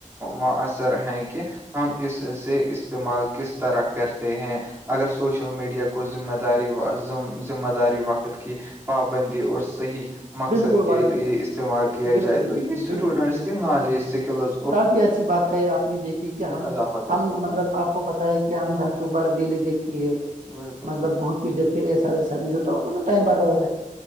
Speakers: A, on the right; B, on the right.
A: مؤثر ہے کہ ہم اسے استعمال کس طرح کرتے ہیں اگر سوشل میڈیا کو ذمہ دار د ذمہ داری وقت کی پابندی اور صحیح مقصد
B: بالکل بھائی
A: کے
B: جان
A: لیے استعمال کیا
B: بالکل
A: جائے تو
B: بالکل
A: یہ اسٹوڈنٹس
B: بالکل بالکل
A: کے نالج سکلز
B: کافی ایسی بات کہی آپ نے دیکھی کہ ہم
A: اضافہ کر
B: ہم
A: سکتا
B: مطلب
A: ہے
B: آپ کو پتہ ہے کہ ہم گھنٹوں پر ریلی دیکھ یہ
A: <unintelligible>
B: مطلب بہت کچ دیکتے ایسا وسا توط ٹم رہتا ہے